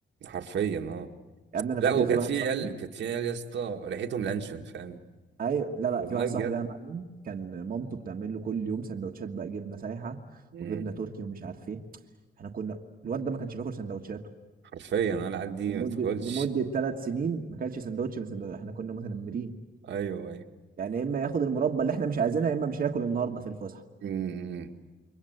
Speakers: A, on the right; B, on the right.
A: حرفيا اه
B: يا ابني انا
A: لا
B: فاكر
A: وكانت
B: في واحد
A: في
B: صاحبي
A: عيال كانت في عيال يا اسطى ريحتهم لانشون فاهم
B: ايوه لا لا
A: والله
B: في واحد
A: بجد
B: صاحبي بقى يا معلم كان مامته بتعمل له كل يوم سندوتشات بقى جبنه سايحه
A: مم.
B: وجبنه تركي ومش عارف ايه احنا كنا الواد ده ما كانش بياكل سندوتشاته
A: حرفيا انا العيال دي
B: لمده
A: ما تدخلش
B: لمده ثلاث سنين ما كانش سندوتش من سندوتش احنا كنا متنمرين
A: ايوه ايوه
B: يعني يا اما ياخد المربى اللي احنا مش عايزينها يا اما مش هياكل النهارده في الفسحه
A: مم.